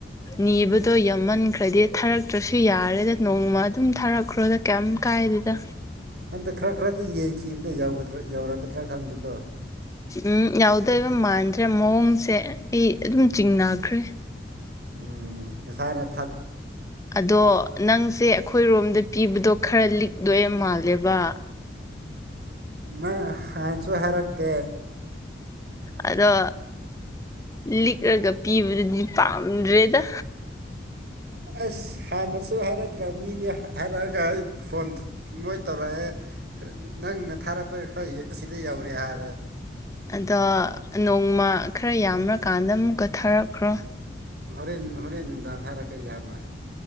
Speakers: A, on the left; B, on the right.
A: ꯅꯤꯕꯗꯣ ꯌꯥꯝꯝꯃꯟꯈ꯭ꯔꯗꯤ ꯊꯥꯔꯛꯇ꯭ꯔꯁꯨ ꯌꯥꯔꯦꯗ ꯅꯣꯡꯃ ꯑꯗꯨꯝ ꯊꯥꯔꯛꯈ꯭ꯔꯣꯗ ꯀꯩꯝ ꯀꯥꯏꯗꯦꯗ
B: ꯈꯪꯗꯦ ꯈꯔ ꯈꯔꯗꯤ ꯌꯦꯡꯈꯤꯕꯅꯒꯗ꯭ꯔꯥ ꯌꯧꯔꯛꯀꯗ꯭ꯔꯥ ꯈꯪꯗꯦꯀꯣ
A: ꯎꯝ ꯌꯥꯎꯗꯣꯏꯕ ꯃꯥꯟꯗ꯭ꯔꯦ ꯃꯑꯣꯡꯁꯦ ꯑꯩ ꯑꯗꯨꯝ ꯆꯤꯡꯅꯈ꯭ꯔꯦ
B: ꯎꯝ ꯁꯥꯔ
A: ꯑꯗꯣ ꯅꯪꯁꯦ ꯑꯩꯈꯣꯏꯔꯣꯝꯗ ꯄꯤꯕꯗꯣ ꯈꯔ ꯂꯤꯛ ꯗꯌꯦ ꯃꯥꯜꯂꯦꯕ
B: ꯅꯪ ꯑꯥꯟꯅꯁꯨ ꯍꯥꯏꯔꯛꯇꯦ
A: ꯑꯗꯣ ꯂꯤꯛꯂꯒ ꯄꯤꯕꯗꯨꯗꯤ ꯄꯥꯝꯗ꯭ꯔꯦꯗ
B: ꯑꯁ ꯍꯥꯥ ꯅꯁꯣ ꯍꯥꯏꯔꯠꯇ꯭ꯔꯥꯃꯤ ꯍꯥꯏꯔꯛꯑꯒ ꯑꯩ ꯐꯣꯟ ꯃꯣꯏ ꯇꯧꯔꯛꯑꯦ ꯅꯪꯅ ꯊꯥꯔꯛꯄ ꯈꯔ ꯑꯁꯤꯗ ꯌꯧꯔꯦ ꯍꯥꯏꯔꯦ
A: ꯑꯗ ꯅꯣꯡꯃ ꯈꯔ ꯌꯥꯝ꯭ꯔꯀꯥꯟꯗ ꯑꯃꯨꯛꯀ ꯊꯥꯔꯛꯈ꯭ꯔꯣ
B: ꯍꯣꯔꯦꯟ ꯍꯣꯔꯦꯟ ꯅꯨꯡꯗꯥꯡ ꯊꯥꯔꯛꯀꯦ ꯌꯥꯝꯅ